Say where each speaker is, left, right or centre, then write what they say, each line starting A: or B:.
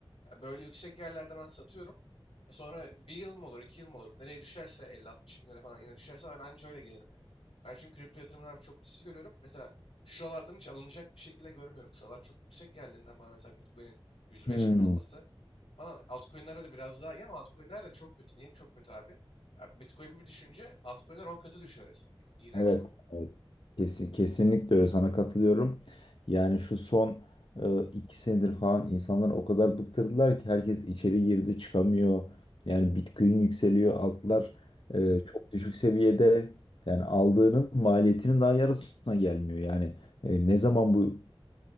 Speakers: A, on the left; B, on the left.
A: E, Böyle yüksek yerlerde ben satıyorum. E, Sonra bir yıl mı olur, iki yıl mı olur? Nereye düşerse 50-60 bin lira falan yine düşerse ben anca öyle gelirim yani. Ben çünkü kripto yatırımını abi çok riskli görüyorum. Mesela şuralardan hiç alınacak bir şekilde görmüyorum. Şuralar çok yüksek geldiğinden bana mesela Bitcoin'in 105
B: Hmm.
A: bin olması falan altcoin'lere de biraz daha iyi ama altcoin'ler de çok kötü. Niye çok kötü abi? Ya Bitcoin bir düşünce altcoin'ler 10 katı düşüyor resmen. Yani. İğrenç
B: Evet,
A: oluyor.
B: evet. Kesin, kesinlikle öyle sana katılıyorum. Yani şu son e, iki senedir falan insanlar o kadar bıktırdılar ki herkes içeri girdi çıkamıyor. Yani Bitcoin yükseliyor altlar e, çok düşük seviyede. Yani aldığının maliyetinin daha yarısına gelmiyor. Yani e, ne zaman bu